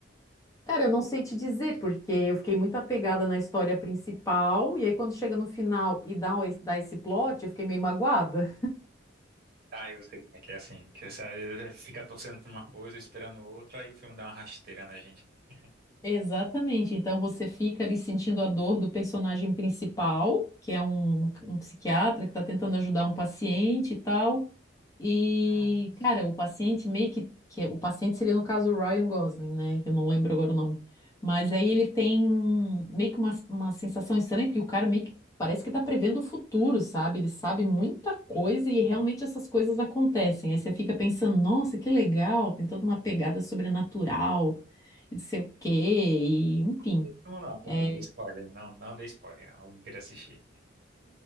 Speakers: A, on the left; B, on the right.
A: Cara, eu não sei te dizer, porque eu fiquei muito apegada na história principal, e aí quando chega no final e dá, o- dá esse plot, eu fiquei meio magoada.
B: Ah, eu sei como é que é assim. Que você às vezes é, fica torcendo por uma coisa, esperando outra, e o filme dá uma rasteira na gente. né?
A: Exatamente. Então você fica ali sentindo a dor do personagem principal, que é um, um psiquiatra que está tentando ajudar um paciente e tal. E,
B: Nossa.
A: cara, o paciente meio que, que é- o paciente seria no caso o Ryan Gosling, né? Eu não lembro agora o nome. Mas aí ele tem meio que uma, uma sensação estranha, porque o cara meio que parece que tá prevendo o futuro, sabe? Ele sabe muita coisa
B: Não,
A: e realmente essas coisas acontecem. Aí você fica pensando, nossa, que legal, tem toda uma pegada sobrenatural e não sei o quê, e enfim.
B: não, não, tudo
A: é,
B: bem, spoiler. Não, não dei spoiler, não. Eu queria assistir.